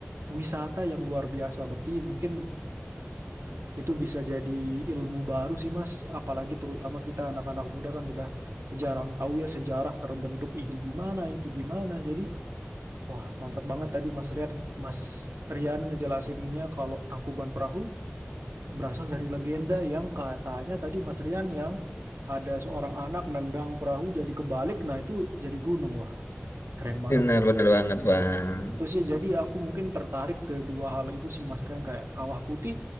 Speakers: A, on the right; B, on the left.
A: wisata yang luar biasa. Berarti mungkin itu bisa jadi ilmu baru sih Mas, apalagi terutama kita anak-anak muda kan udah jarang tahu ya sejarah terbentuk ini gimana, itu gimana. Jadi, wah mantep banget tadi Mas Rian, Mas Rian ngejelasinnya kalau Tangkuban Perahu berasal dari legenda yang katanya tadi Mas Rian yang ada seorang anak nendang perahu jadi kebalik, nah itu jadi gunung. Wah, keren banget
B: Bener
A: Mas.
B: bener banget bang.
A: Itu sih jadi aku mungkin tertarik ke dua hal itu sih Mas Rian kayak Kawah Putih.